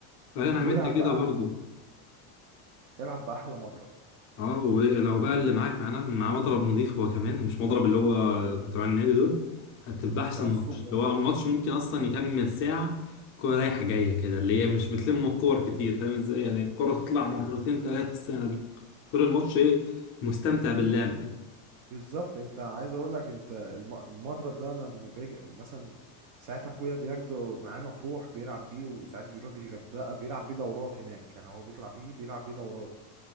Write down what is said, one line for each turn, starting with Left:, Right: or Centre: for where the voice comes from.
Left: فانا عملت
Right: والعب
Left: كده
Right: بقى
Left: برضو
Right: العب بأحلى مضرب
Left: اه ولو بقى اللي معاك معاه مع مضرب نظيف هو كمان مش مضرب اللي هو بتاع النادي دول هتبقى احسن
Right: بتاع السوق
Left: ماتش اللي هو ماتش ممكن اصلا يكمل ساعة كورة رايحة جاية كده اللي هي مش بتلم الكور كتير فاهم ازاي يعني الكورة تطلع مرتين ثلاثة السنة دي طول الماتش ايه مستمتع باللعب كده
Right: بالظبط انت عايز اقول لك انت الم- المضرب ده لما باجي مثلا ساعات اخويا بياخده معاه مطروح بيلعب بيه وساعات بيروح بيه الغردقه بيلعب بيه دورات هناك يعني هو بيطلع بيه بيلعب بيه دورات